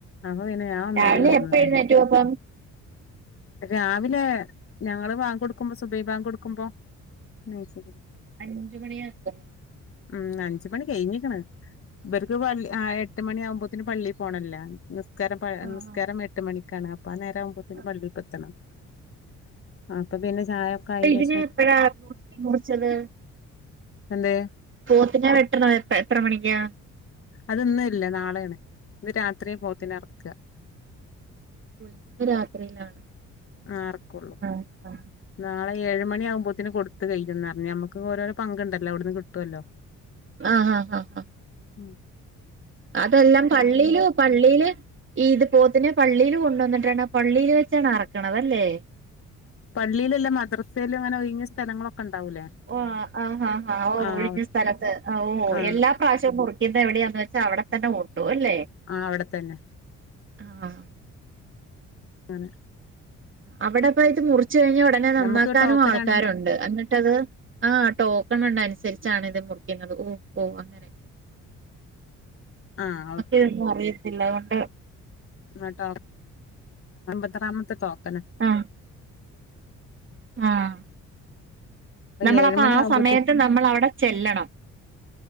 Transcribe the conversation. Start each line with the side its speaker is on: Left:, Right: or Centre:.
Left: അപ്പൊ പിന്നെ ഞാൻ ഒന്നാണ്ട്
Right: രാവിലെ
Left: കെടന്നൊറങ്ങി
Right: എപ്പഴുന്നേറ്റു അപ്പം
Left: രാവിലെ ഞങ്ങള് വാങ്ങ കൊടുക്കുമ്പം സുബൈ ബാങ്ങ് കൊടുക്കുമ്പ മച്ചുന്നത്
Right: അഞ്ച് മണിയക്കോ
Left: ഉം അഞ്ച് കണിഴിഞ്ഞ് ഇപ ഇവർക്ക് ഇവര്ക്ക് എട്ട് മണി ആകുമ്പോത്തന് പള്ളീ പോണല്ല നിസ്കാരംസ്കാരം
Right: ആഹ് ആഹ്
Left: എട്ട് മണിക്കാണ്. അപ്പ ആ നേരംവുമ്പോത്തേന്
Right: ആഹ്
Left: പള്ളിയി എത്തണം അപ്പൊ പിന്നെ ചായൊക്കെ
Right: അപ്പൊ
Left: ആയേന്റെ
Right: ഇതിനെ
Left: ശേഷം.
Right: എപ്പഴാ മുറിച്ചത്
Left: എന്തെ
Right: പോത്തിന് വെട്ടണോ എ എത്ര മണിക്ക്ാ
Left: അത് ഇന്ന് ഇല്നാളെയാണ് ഇത് രാത്രി പോത്തിന ഇറക്കുക
Right: കുയ്ന്ന് ന്ത്രാത്രിയിലാണ് ഓ
Left: ആ
Right: അങ്ങനെ
Left: അറക്കൊള്ളൂ
Right: ആ,.
Left: നാളെ ഏഴ് മണി ആകുമ്പോത്തേന് കൊടുത്ത് കഴയിന്ന് പറഞ്ഞഞ് നമുക്ക് ഓരോരോ പങ്കുണ്ടല്ലോ അവിടു നിന്ന് കിട്ടുമല്ലോ.
Right: ആഹ ആഹ ആഹ ആഹ
Left: ഉം
Right: അതെല്ലാം പള്ളിയില പള്ളിയില് ഈ ഇത് പോത്തിനെ പള്ളിയിൽ കൊണ്ടുവന്നിട്ടാണ് പള്ളിയിൽ വെച്ചാണ് അറക്കണത് ലെ.
Left: പള്ളിയിലല്ല മദ്രസയിലൽ അങ്ങനെ ഒഴങ്ങിയ സ്ഥലങ്ങളൊക്കെ ഉണ്ടാവൂലേ
Right: ഓ ആഹാ ഹാ ഓ
Left: ആഹ്
Right: ഒഴിഞ്ഞ
Left: അവിടെ
Right: സ്ഥലത്ത് ഓ
Left: ആഹ്
Right: എല്ലാ പാശം മുറിക്കുന്നത് എവിടെയാണന്ന് വെച്ചാൽ അവിടെ തന്നെ ഉണ്ടു അല്ലേ
Left: ആ അവിടെത്തന്നെ
Right: ആഹ്.
Left: ആണ്. <unintelligible>
Right: അവിടെപ്പത് മുറിച്ച കഴിഞ്ഞഞ് ഉടനെ നന്നാക്കാനും
Left: ഞമ്മക്ക് ടോക്കനാണ്
Right: ആൾക്കാരുണ്ട് ഇന്നിട്ട് മത് ആ ടോക്കൺ ഉണ്ട അനുസരിച്ചാണ് ഇത് മുറിക്കുന്നത് ഓ ഓ അങ്ങനെ
Left: ആഹ്
Right: നമ്മക്ക് ഇതൊന്നും അറിയത്തില്ല അതുകൊണ്ട്
Left: ഇന്നട്ടാ. എത്രാമത്തെ തോരഞ്ഞ ല <unintelligible> <unintelligible>
Right: ആ ആഹ്. നമ്മള
Left: ഏഴ്
Right: അപ്പൊ
Left: മണി
Right: ആ
Left: ആകുമ്പോത്തിന്
Right: സമയത്ത് നമ്മൾ അവിടെ ചെല്ലണം